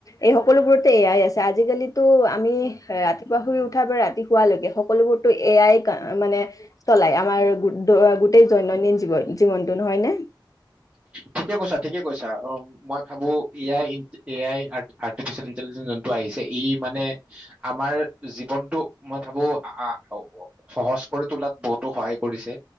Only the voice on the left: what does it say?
এই সকলোবোৰতে এ আই আছে। আজিকালিতো আমি ৰাতিপুৱা শুই উঠাৰ পৰা ৰাতি, পোৱালৈকে সকলোবোৰতো এয়াই কা মানে, চলাই আমাৰ গোটেই দৈনন্দিন জীৱন জীৱনটো নহয়নে?